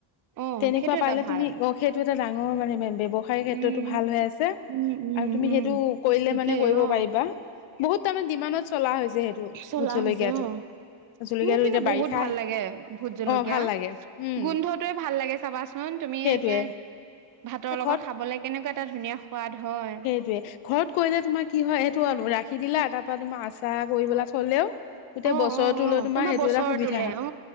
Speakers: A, on the right (about 45°); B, on the left (about 80°).
A: অ
B: তেনেকুৱা
A: সেইটো
B: পালে
A: এটা ভাল
B: তুমি অ সেইটো এটা ডাঙৰ মানে ব্যৱসায় ক্ষেত্ৰতো
A: উম
B: ভাল হৈ আছে
A: উম উম
B: আৰু তুমি
A: উম
B: সেইটো কৰিলে
A: ঠিকেই
B: মানে কৰিব
A: অ
B: পাৰিবা বহুত তাৰমানে ডিমানত চলা হৈছে সেইটো
A: চলা
B: ভোট জলকীয়াটো
A: হৈছে অ
B: জলকীয়াটো
A: মোৰ কিন্তু
B: এতিয়া
A: বহুত
B: বাৰিষা
A: ভাল লাগে ভোত জলকীয়া
B: অ ভাল লাগে উম
A: গোন্ধটোৱে ভাল লাগে চাবাচোন তুমি
B: সেইটোৱে
A: একে ভাতৰ লগত
B: ঘৰত
A: খাবলে কেনেকুৱা এটা ধুনীয়া সোৱাদ হয়
B: সেইটোৱে ঘৰত কৰিলে তোমাৰ কি হয় সেইটো আলো ৰাখি দিলা এটা তা তোমাক আচাৰ কৰিপেলাই থলেও গোটেই
A: অ
B: বছৰটোলৈ
A: অ অ তোমাৰ
B: সেইটো
A: বছৰ
B: এটা সুবিধা
A: তোলে
B: হয়
A: অ